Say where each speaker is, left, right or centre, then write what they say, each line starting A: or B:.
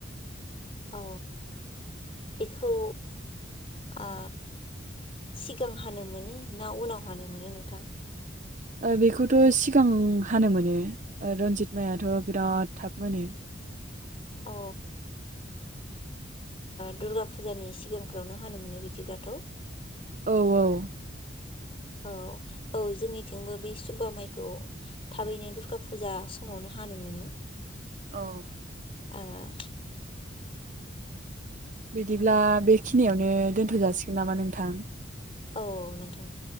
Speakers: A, on the left; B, on the right.
A: औ बेखौ ओ सिगां हानो मोनो ना उनाव हानो मोनो नोंथां?
B: ओ बेखौथ' सिगां हानो मोनो ओ रन्जित माइआथ' बिराद थाब मोनो।
A: अ ओ दुर्गा फुजानि सिगांफ्रावनो हानो मोनो बिदिब्लाथ'।
B: औ औ
A: औ औ जोंनिथिंबो बे सुबा माइखौ थाबैनो दुर्गा फुजा समावनो हानो मोनो
B: औ
A: ओह
B: बिदिब्ला बेखिनियावनो दोन्थ जासिगोन नामा नोंथां?
A: औ नोंथां